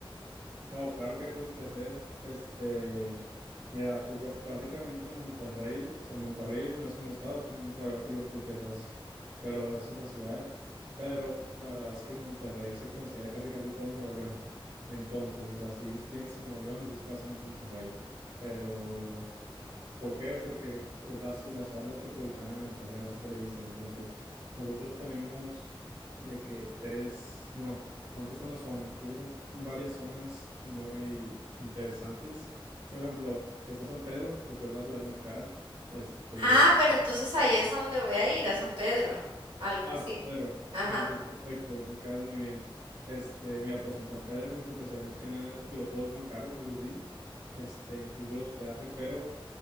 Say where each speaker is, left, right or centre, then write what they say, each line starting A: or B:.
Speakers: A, on the right; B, on the right.
A: No, claro que hay cosas que hacer. Este, mira, pues ba- básicamente Monterrey, o sea, Monterrey no es un estado, es un, bueno, yo creo que ya sabes eso, <laughs> pero es una ciudad. Pero la verdad es que Monterrey se considera casi casi todo Nuevo León. Entonces, o sea, si dices que vienes a Nuevo León, dices que vas a Monterrey. Pero ¿Por qué? Porque es la, ci- la ciudad metropolitana de Monterrey, así se le dice. Entonces, nosotros tenemos de que tres, no, ¿cuántas zonas son? Creo que son varias zonas muy interesantes. Por ejemplo, está San Pedro, que pues es la ciudad más cara. Este,
B: Ah,
A: de to-
B: pero entonces ahí es a donde voy a ir, a San Pedro, algo
A: ah,
B: así.
A: San Pedro.
B: Ajá.
A: Ah, entonces perfecto, me queda muy bien. Este, mira, pues en San Pedro hay mucho que hacer, más que nada, digo, todo es muy caro, eso sí, este, incluso el hospedaje, pero